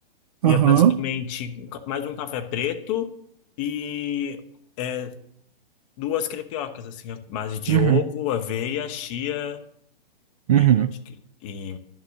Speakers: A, on the right; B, on the left.
A: Aham.
B: E é basicamente um mais um café preto e é, duas crepiocas, assim, à base de
A: Uhum,
B: ovo, aveia, chia
A: uhum.
B: e eu acho que. E